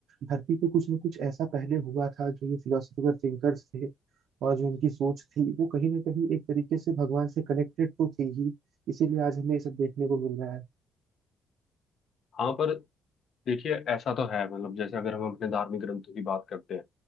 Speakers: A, on the right; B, on the left.
A: धरती पे कुछ ना कुछ ऐसा पहले हुआ था जो ये फिलोसफर थिंकर्स थे और जो उनकी सोच थी वो कहीं ना कहीं एक तरीके से भगवान से कनेक्टेड तो थी ही इसीलिए आज हमें ये सब देखने को मिल रहा है
B: हाँ पर देखिए ऐसा तो है मतलब जैसे अगर हम अपने धार्मिक ग्रंथों की बात करते हैं